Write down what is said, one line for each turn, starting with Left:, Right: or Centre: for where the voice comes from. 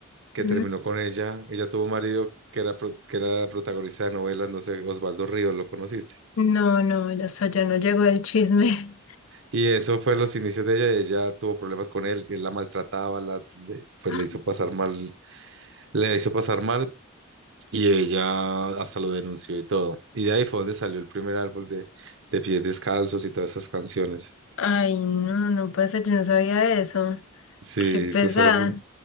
Right: que
Left: Mm.
Right: terminó con ella. Ella tuvo un marido que era, pro- que era protagonista de novelas, no sé, Osvaldo Ríos, ¿lo conociste?
Left: No, no, ya hasta ya no llegó el chisme.
Right: Y eso fue los inicios de ella. Ella tuvo problemas con él, él la maltrataba, la, le- pues
Left: <laughs>
Right: le hizo pasar mal, le hizo pasar mal, Y ella hasta lo denunció y todo. Y de ahí fue donde salió el primer álbum de, de Pies Descalzos y todas esas canciones.
Left: <gasps> Ay, no, no puede ser, yo no sabía eso.
Right: Sí,
Left: Qué pesar,
Right: sus álbumes,